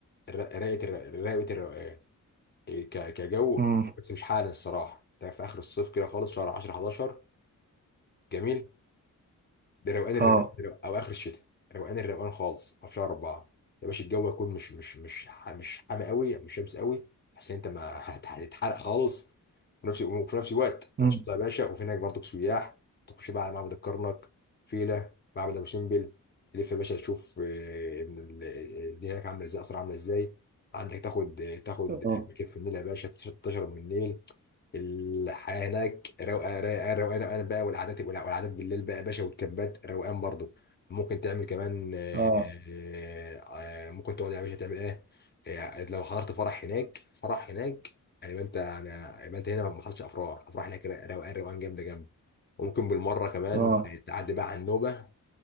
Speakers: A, on the left (about 30°); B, on the right (about 30°).
A: الر- رايقة الر- رايقة الروقان إيه، ك- كجو
B: امم
A: بس مش حالا الصراحة أنت في آخر الصيف كده خالص شهر 10 11 جميل ده روقان الروقان
B: اه
A: الروقان- او اخر الشتاء روقان الروقان خالص او في شهر اربعه يا باشا الجو يكون مش مش مش ح- مش حامي قوي يعني مش شمس قوي تحس ان انت ما هت- هتتحرق خالص وفي نفس وفي نفس الوقت
B: امم
A: انشطه يا باشا وفي هناك برضك سياح تخش بقى على معبد الكرنك فيله معبد ابو سمبل تلف يا باشا تشوف آه، ابن ال- الدنيا هناك عامله ازاي اسرع عامله ازاي عندك تاخد تاخد
B: اه
A: مركب في النيل يا باشا تشرب من النيل الحياه هناك روقان روقان روقان روقان بقى والقعدات والقعدات بالليل بقى يا باشا والكامبات روقان برضو ممكن تعمل كمان آه،
B: اه
A: آه، آه، ممكن تقعد يا باشا تعمل ايه آه، لو حضرت فرح هناك فرح هناك يعني يبقى انت انا يبقى انت هنا ما حصلش افراح افراح هناك روقان روقان جامده جامده وممكن بالمره كمان
B: اه
A: تعدي بقى على النوبه